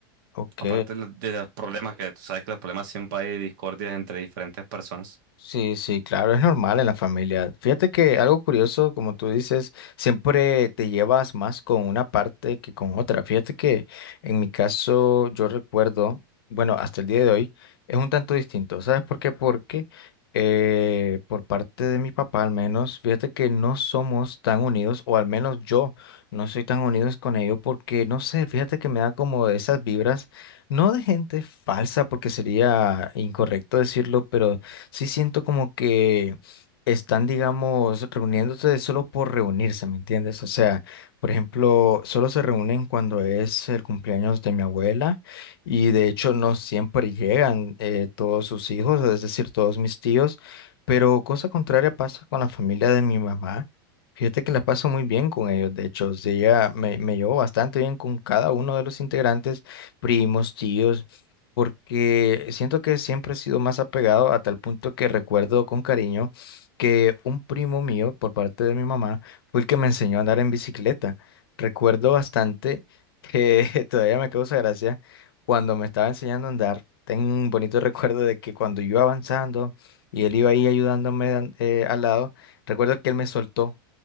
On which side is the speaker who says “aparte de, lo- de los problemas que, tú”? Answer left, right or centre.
Right